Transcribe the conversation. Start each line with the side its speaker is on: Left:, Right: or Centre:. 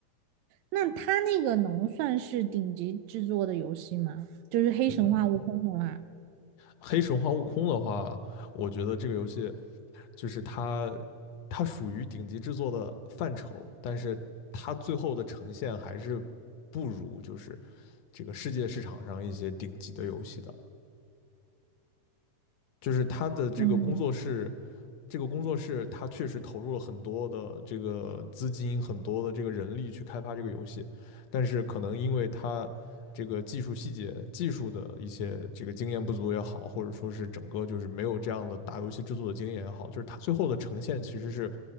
Right: 那它那个能算是顶级制作的游戏吗？就是《黑神话：
Left: 嗯，
Right: 悟空》的话，
Left: 黑神话：悟空的话，我觉得这个游戏就是它它属于顶级制作的范畴，但是它最后的呈现还是不如就是这个世界市场上一些顶级的游戏的。就是它的这个工作室，
Right: 嗯。
Left: 这个工作室它确实投入了很多的这个资金，很多的这个人力去开发这个游戏，但是可能因为它这个技术细节、技术的一些这个经验不足也好，或者说是整个就是没有这样的大游戏制作的经验也好，就是它最后的呈现其实是